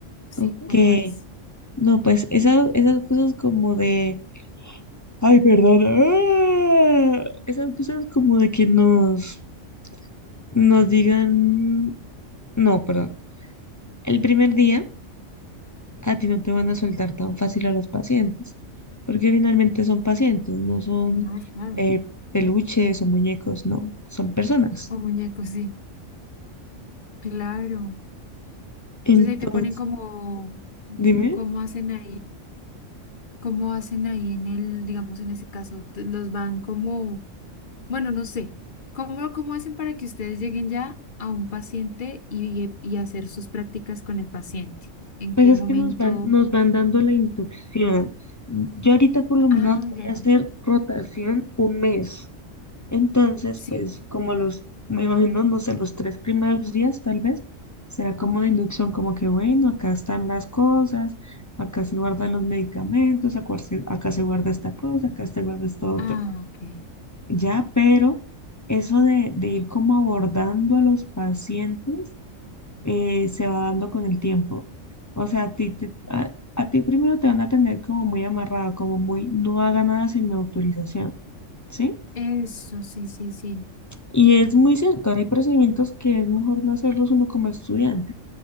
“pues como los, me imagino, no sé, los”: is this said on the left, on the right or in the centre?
Left